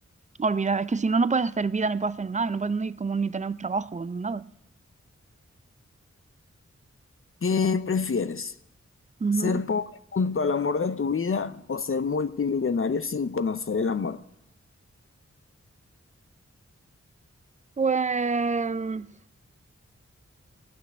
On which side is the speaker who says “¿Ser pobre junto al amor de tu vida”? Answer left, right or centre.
Left